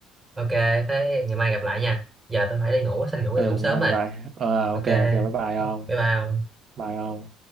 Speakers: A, on the right (about 15°); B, on the right (about 50°).
A: ok thế ngày mai gặp lại nha giờ tôi phải đi ngủ xin ngủ
B: Ừ,
A: đi ngủ sớm
B: ngày mai
A: rồi
B: gặp lại. Ờ ok,
A: ok
B: ok bye bye ông.
A: bye bye
B: Bye ông.